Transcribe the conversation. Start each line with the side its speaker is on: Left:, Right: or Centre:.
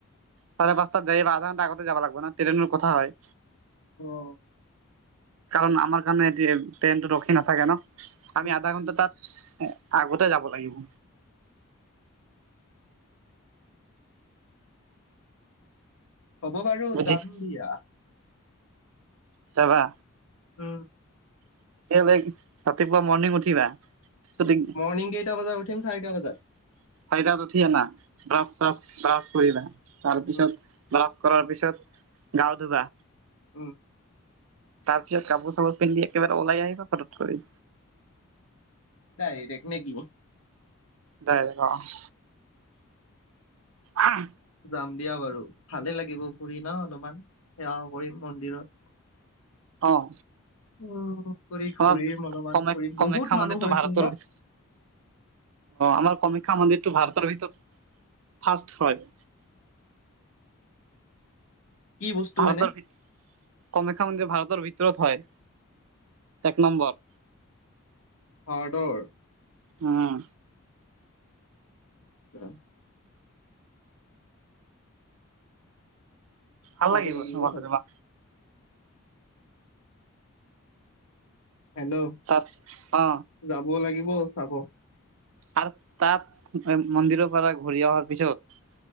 Right: চাৰে পাঁচটাত যায় বা আধা ঘণ্টা আগতে যাবা লাগব না ট্ৰেইনৰ কথা হয়।
Left: অ'।
Right: কাৰণ আমাৰ কাৰণে এহেটি, ট্ৰেইনটো ৰখি নাথাকে নহ, আমি
Left: উম।
Right: আধা ঘন্টা তাত আগতে যাব লাগিব।
Left: হ'ব বাৰু।
Right: বুজিছা।
Left: যাম দিয়া।
Right: যাবা?
Left: উম।
Right: <unintelligible> ৰাতিপুৱা মৰ্ণিং উঠিবা। <unintelligible>
Left: মৰ্ণিং কেইটা বজাত উঠিম চাৰিটা বজাত।
Right: উঠিয় না ব্ৰাছ-চাচ ব্ৰাছ কৰিবা, তাৰ পিছত
Left: উম,
Right: ব্ৰাছ কৰাৰ পিছত, গাও ধুবা।
Left: উম।
Right: তাৰ পিছত কাপোৰ চাপোৰ পিন্ধি একেবাৰে ওলাই আহিবা ফতক কৰি।
Left: তাই দেখ ন কি।
Right: তাইৰ অ'। অহ।
Left: যাম দিয়া বাৰু। ভালেই লাগিব ফুৰি নহ, অলপমান সেৱাও কৰিম মন্দিৰত।
Right: অহ।
Left: উম। কৰি
Right: আমাৰ
Left: ঘূৰিম অলপমান
Right: কামাখ্যা
Left: ফুৰিম
Right: কামাখ্যা
Left: বহুত মানুহ
Right: মন্দিৰটো
Left: হয়চোন
Right: ভাৰতৰ
Left: ন
Right: অ', আমাৰ কামাখ্যা মন্দিৰতটো ভাৰ তাৰ ভিতৰত ফাৰ্ষ্ট। <unintelligible>
Left: কি বস্তু
Right: ভাৰতৰ
Left: এনে
Right: ভ কমেখ্যা ম যে ভাৰতৰ ভিতৰত হয় এক নম্বৰ
Left: অ দৰ
Right: অঁ
Left: অ
Right: ভাল
Left: যাব
Right: লাগিবিব
Left: লাগিব
Right: <unintelligible>
Left: চাব
Right: দিবা
Left: হেল্ল'
Right: তাত অ
Left: যাব লাগিব চাব
Right: আৰু তাত মন্দিৰৰ পৰা ঘূৰি অহাৰ পিছত